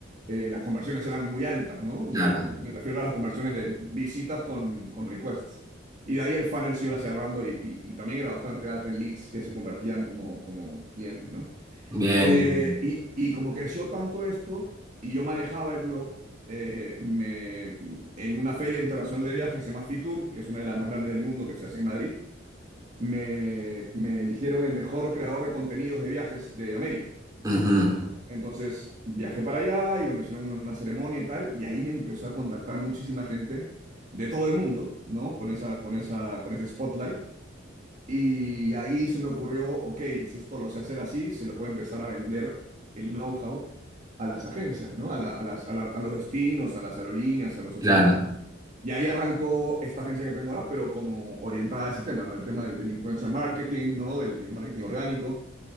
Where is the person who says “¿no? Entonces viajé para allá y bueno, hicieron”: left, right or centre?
Right